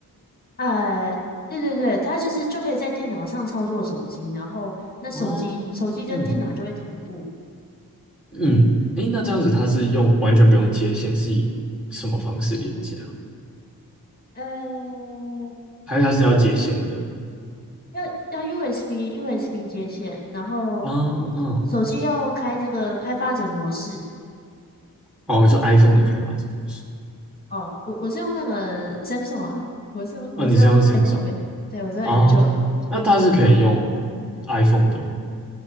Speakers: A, on the left (about 25°); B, in the centre.
A: 呃，对对对，它就是就可以在电脑上操作手机，然后那手机手机跟电脑就会同步。
B: 哦，嗯。嗯，诶，那这样子它是用完全不用接线，是以什么方式连接啊？
A: 呃，
B: 还是它是要接线的？
A: 要要 USB USB 接线，然后
B: 啊，嗯，
A: 手机要开这个开发者模式。
B: 哦，你说 iPhone 的开发者是？
A: 哦，我我是用那个 Samsung 啊，我是用我是用
B: 哦，你是用 Samsung
A: Android，对，我是用
B: 哦，
A: Android。
B: 那它是可以用 iPhone 的哦。